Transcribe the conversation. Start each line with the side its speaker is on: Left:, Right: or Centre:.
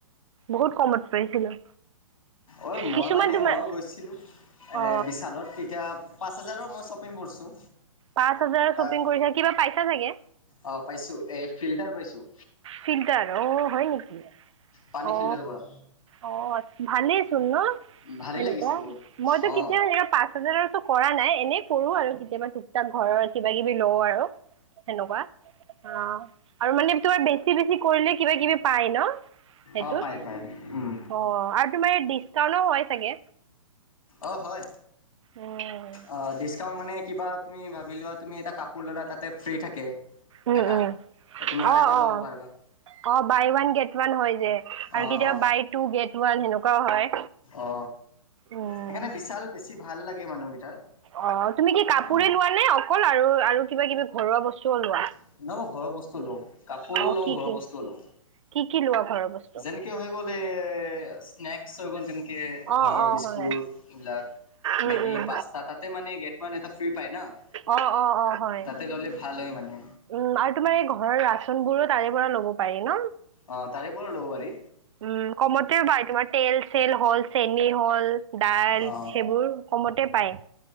Right: বহুত কমত পাইছিলো।
Left: অ মই
Right: কিছুমান
Left: মানে
Right: তোমাৰ
Left: মইও গৈছিলো এ
Right: অ
Left: বিশালত এতিয়া পাঁচ হাজাৰৰ মই শ্বপিং কৰিছোঁ
Right: পাঁচ হাজাৰৰ
Left: তাত
Right: শ্বপিং কৰি থ কিবা পাইছা চাগে
Left: অ পাইছো এ ফিল্টাৰ পাইছোঁ
Right: ফিল্টাৰ অ হয় নেকি
Left: পানী
Right: অ
Left: ফিল্টাৰ কৰা
Right: অ ভালেই চোন ন
Left: ভালেই
Right: সেনেকুৱা
Left: লাগিছে বহুত
Right: মইতো
Left: অ
Right: কেতিয়া পা কৰা নাই এনেই কৰো আৰু কেতিয়াবা টুক টাক ঘৰৰত কিবা কিবি লও আৰু সেনেকুৱা অ আৰু মানে তোমাৰ বে বছি বেছি কৰিলে কিবা কিবি পায় ন সেইটোত
Left: অ পাই পাই উম
Right: অ তোমাৰ ডিচকাউন্টও হয় চাগে
Left: অ হয়
Right: উম,
Left: অ ডিচকাউন মানে কিবা তুমি ভাবি লোৱা তুমি এটা কাপোৰ ল'লা তাতে ফ্ৰ্ৰী থাকে
Right: উম,
Left: এটা
Right: উম,
Left: তুমি আৰু
Right: অ',
Left: এটা
Right: অ',
Left: ল'ব পাৰিবা
Right: অ বাই ওৱান গেট ওৱান হয় যে আৰু
Left: অ
Right: কেতিয়াবা
Left: অ
Right: বাই টু গেট ওৱান সেনেকুৱাও হয়
Left: অ
Right: উম।
Left: সেইকাৰণে বিশাল বেছি ভাল লাগে মানুহকেইটাক
Right: অ তুমি কি কাপোৰে
Left: অ
Right: লোৱা নে অকল আৰু আৰু কিবা কিবি ঘৰুৱা বস্তুও লোৱা
Left: ন নহ ঘৰৰ বস্তুও লওঁ কাপোৰো
Right: অ
Left: লওঁ
Right: কি
Left: ঘৰৰ
Right: কি
Left: বস্তুও লওঁ
Right: কি কি লোৱা ঘৰ বস্তু
Left: যেনেকে হৈ গ'ল এই স্নেক্স হৈ গ'ল যেনেকে ঘৰৰ
Right: অ অ
Left: বিস্কুট
Right: হয়
Left: এইবিলাক
Right: উম
Left: মেগী
Right: উম
Left: পাস্তা তাতে মানে গেট মানে এটা ফ্ৰী পায় ন
Right: অ অ অ হয়
Left: তাতে ললে ভাল হয় মানে
Right: উম আৰু তোমাৰ এই ঘৰৰ ৰাচন বোৰো তাৰে পৰা ল'ব পাৰি ন
Left: অ তাৰে পৰা ল'ব পাৰি
Right: উম কমতেও বাই তোমাৰ তেল চল হ'ল হল দাই
Left: অ
Right: সেইবোৰ কমতে পায়